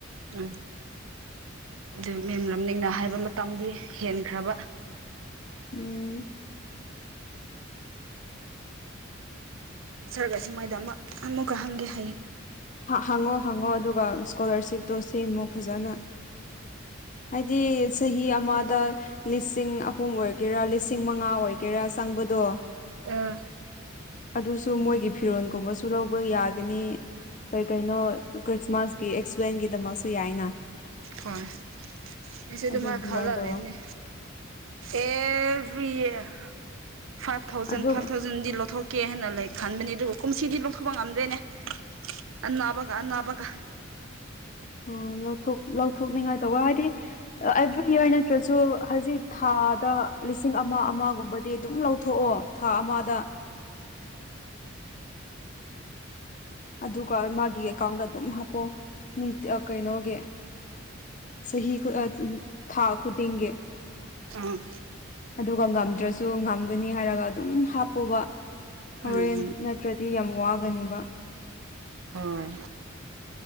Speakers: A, on the right; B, on the left.
A: ꯎꯝ ꯑꯗꯨ ꯃꯦꯝ ꯂꯝꯅꯤꯡꯅ ꯍꯥꯏꯕ ꯃꯇꯝꯗꯤ ꯍꯦꯟꯈ꯭ꯔꯕ
B: ꯎꯝ
A: ꯁꯔꯛꯁ ꯃꯥꯏꯗ ꯑꯃ ꯑꯃꯨꯛꯀ ꯍꯪꯒꯦ ꯍꯌꯦꯡ
B: ꯍꯪꯉꯣ ꯍꯪꯉꯣ ꯑꯗꯨꯒ ꯏꯁꯀꯣꯂꯥꯔꯁꯤꯞꯇꯣ ꯁꯦꯝꯃꯣ ꯐꯖꯅ ꯍꯥꯏꯗꯤ ꯆꯍꯤ ꯑꯃꯗ ꯂꯤꯁꯤꯡ ꯑꯍꯨꯝ ꯑꯣꯏꯒꯦꯔꯥ ꯂꯤꯁꯤꯡ ꯃꯉꯥ ꯑꯣꯏꯒꯦꯔꯥ ꯆꯪꯕꯗꯣ
A: ꯑ
B: ꯑꯗꯨꯁꯨ ꯃꯣꯏꯒꯤ ꯐꯤꯔꯣꯜꯒꯨꯝꯕꯁꯨ ꯂꯧꯕ ꯌꯥꯒꯅꯤ ꯀꯩ ꯀꯩꯅꯣ ꯈ꯭ꯔꯤꯁꯃꯥꯁꯀꯤ ꯑꯦꯛꯁꯄꯦꯟꯒꯤꯗꯃꯛꯁꯨ ꯌꯥꯏꯅ
A: ꯍꯣꯏ ꯑꯩꯁꯨ ꯑꯗꯨ
B: ꯑꯗꯨꯝ
A: ꯃꯥꯏ
B: ꯑꯗꯨꯃꯥꯏꯅ
A: ꯈꯜꯂ
B: ꯇꯧꯋ
A: ꯂꯩꯕꯅꯦ ꯑꯦꯚ꯭ꯔꯤ ꯌꯔ ꯐꯥꯏꯚ ꯊꯥꯎꯖꯟ
B: ꯑꯗꯨꯒ
A: ꯐꯥꯏꯚ ꯊꯥꯎꯖꯟ <unintelligible> ꯗꯤ ꯂꯧꯊꯣꯛꯀꯦ ꯍꯥꯏꯅ ꯂꯩ ꯈꯟꯕꯅꯦ ꯑꯗꯨꯒ ꯀꯨꯝꯁꯤꯗꯤ ꯂꯧꯊꯣꯛꯄ ꯉꯝꯗ꯭ꯔꯦꯅꯦ ꯑꯅꯥꯕꯒ ꯑꯅꯥꯕꯒ
B: ꯑꯣ ꯂꯧꯊꯣꯛ ꯂꯧꯊꯣꯛꯅꯤꯡꯉꯥꯏ ꯇꯧꯕ ꯍꯥꯏꯗꯤ ꯑꯦꯚ꯭ꯔꯤ ꯌꯔ ꯅꯠꯇ꯭ꯔꯁꯨ ꯍꯧꯖꯤꯛ ꯊꯥꯗ ꯂꯤꯁꯤꯡ ꯑꯃ ꯑꯃꯒꯨꯝꯕꯗꯤ ꯑꯗꯨꯝ ꯂꯧꯊꯣꯛꯑꯣ ꯊꯥ ꯑꯃꯗ ꯑꯗꯨꯒ ꯃꯥꯒꯤ ꯑꯦꯀꯥꯎꯟꯗ ꯑꯗꯨꯝ ꯍꯥꯞꯄꯑꯣ ꯀꯩꯅꯣꯒꯤ ꯆꯍꯤ ꯊꯥ ꯈꯨꯗꯤꯡꯒꯤ
A: ꯑꯥ
B: ꯑꯗꯨꯒ ꯉꯝꯗ꯭ꯔꯁꯨ ꯉꯝꯒꯅꯤ ꯍꯥꯏꯔꯒ ꯑꯗꯨꯝ ꯍꯥꯞꯄꯣꯕ ꯍꯣꯔꯦꯟ
A: ꯎꯝ
B: ꯅꯠ ꯅꯠꯇ꯭ꯔꯗꯤ ꯌꯥꯝ ꯋꯥꯒꯅꯦꯕ꯫
A: ꯍꯣꯏ